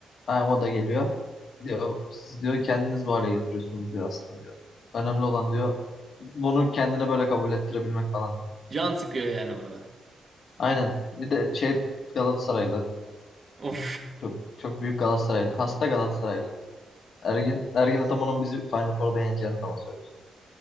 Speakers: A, on the left (about 55°); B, on the right (about 30°).
A: Yani o da geliyor. Diyor siz diyor kendiniz bu hale getiriyorsunuz diyor aslında diyor. Önemli olan diyor bunu kendine böyle kabul ettirebilmek falan.
B: Can sıkıyor yani orada.
A: Aynen. Bir de şey Galatasaraylı
B: Of.
A: çok çok büyük Galatasaraylı. Hasta Galatasaraylı. Ergin, Ergin Ataman'ın bizi Final Four'da yeneceğini falan söylüyor.